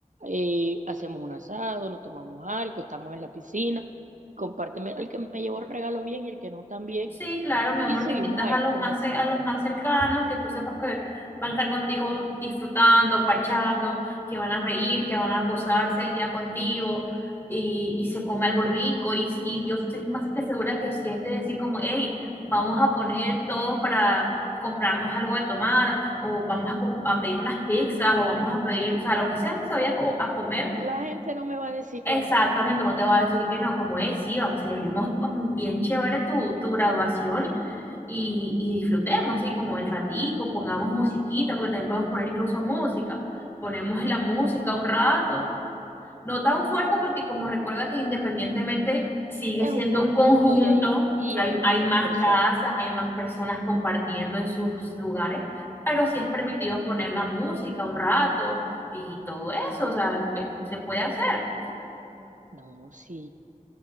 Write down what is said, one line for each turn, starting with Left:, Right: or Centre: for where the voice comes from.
Right: Eh, hacemos un asado, nos tomamos algo, estamos en la piscina, compárteme el que me llevó regalo bien y el que no también,
Left: Sí, claro, mi amor,
Right: y seguimos
Left: te invitas
Right: ahí.
Left: a los
Right: Como
Left: más, ce- a los más cercanos, que tú sepas que van a estar contigo disfrutando, parchando, que van a reír, que van a gozarse el día contigo y, y se come algo rico. Y, y yo estoy más que segura que si es de decir como, hey, vamos a poner todos para comprarnos algo de tomar o vamos a, com- a pedir unas pizzas o vamos a pedir, o sea, lo que sea que se vaya a co- a comer
Right: la gente no me va a decir
Left: Exactamente,
Right: que no,
Left: no te va a decir que no, como es, sí, vamos, celebremos con bien chévere tu, tu graduación y, y disfrutemos, sí, como el ratico, pongamos musiquita, porque también podemos poner incluso música, ponemos la música un rato, no tan fuerte porque como recuerda que independientemente sigue
Right: es
Left: siendo
Right: un conjunto
Left: un conjunto,
Right: y hay, y
Left: hay,
Right: hay varias
Left: hay más
Right: personas.
Left: casas, hay más personas compartiendo en sus lugares, pero sí es permitido poner la música un rato y todo eso, o sea, pues, se puede hacer,
Right: No, sí,